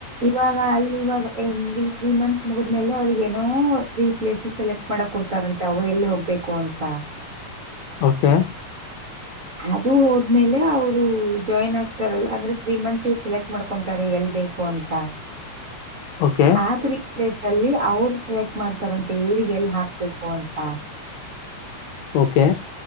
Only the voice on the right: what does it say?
ಇವಾಗ ಅಲ್ಲಿವಾಗ ಏನೀ ತ್ರೀ ಮಂತ್ಸ್ ಮುಗಿದ್ಮೇಲೆ ಅವ್ರಿಗೆ ಏನೋ ತ್ರೀ ಪ್ಲೇಸಸ್ ಸೆಲೆಕ್ಟ್ ಮಾಡಕ್ ಕೊಡ್ತಾರಂತೆ ಅವರು ಎಲ್ ಹೋಗ್ಬೇಕು ಅಂತ
ಅದು ಹೋದ್ಮೇಲೆ ಅವರು ಜಾಯಿನ್ ಆಗ್ತಾರಲ್ಲ ಅಂದ್ರೆ ತ್ರೀ ಮಂತ್ಸ್ ಸೆಲೆಕ್ಟ್ ಮಾಡ್ಕೊತಾರೆ ಎಲ್ ಬೇಕು ಅಂತ.
ಆತ್ರಿ ಪ್ಲೇಸ್ ಅಲ್ಲಿ ಅವರು ಸೆಲೆಕ್ಟ್ ಮಾಡ್ತಾರಂತೆ ಇವ್ರಿಗೆ ಎಲ್ ಹಾಕ್ಬೇಕು ಅಂತ